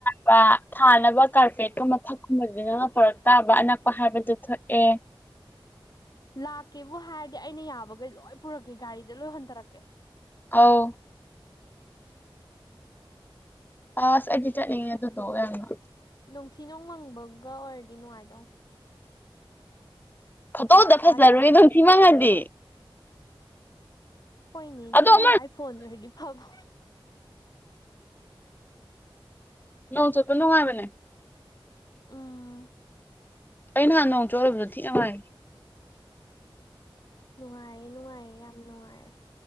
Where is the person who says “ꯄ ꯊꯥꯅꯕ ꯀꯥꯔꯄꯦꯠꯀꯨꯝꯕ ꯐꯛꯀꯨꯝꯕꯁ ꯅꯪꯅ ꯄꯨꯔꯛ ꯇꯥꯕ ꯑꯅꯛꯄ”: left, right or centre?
Left